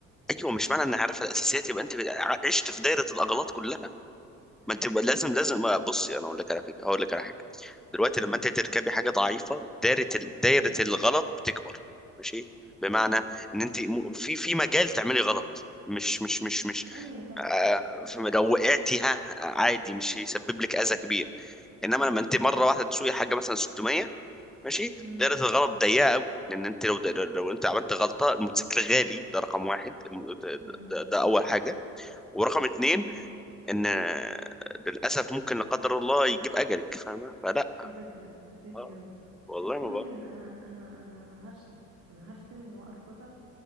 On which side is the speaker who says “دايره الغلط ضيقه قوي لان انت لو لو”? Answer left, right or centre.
Centre